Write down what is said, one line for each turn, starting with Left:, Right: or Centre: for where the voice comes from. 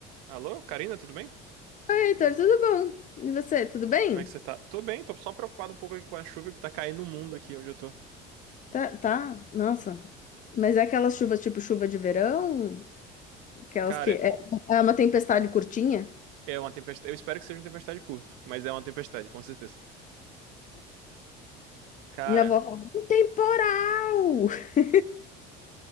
Right: Alô, Karina, tudo bem?
Left: Heitor, tudo bom? E você, tudo bem?
Right: Como é que você tá? Tô bem, tô só preocupado um pouco aqui com a chuva que tá caindo no mundo aqui onde eu tô.
Left: Tá, tá, nossa. Mas é aquelas chuvas tipo chuva de verão? Aquelas
Right: Cara,
Left: que é, é uma tempestade curtinha?
Right: é uma tempestade. Eu espero que seja uma tempestade curta, mas é uma tempestade, com certeza. Cara,
Left: Minha avó falou, um temporal! <laughs>